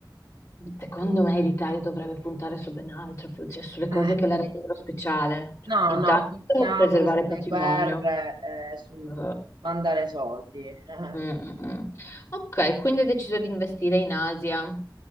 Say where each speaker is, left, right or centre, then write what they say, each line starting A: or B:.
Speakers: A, on the left; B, on the right.
A: secondo me l'Italia dovrebbe puntare su ben altro, cioè sulle cose
B: Eh,
A: che la rendono speciale. Cioè,
B: no,
A: Intanto
B: no, puntiamo
A: preservare
B: sulle
A: il patrimonio,
B: guerre, eh, su
A: eh,
B: mandare soldi. Eh,
A: Mm, mm, mm. Ok, quindi hai deciso di investire in Asia.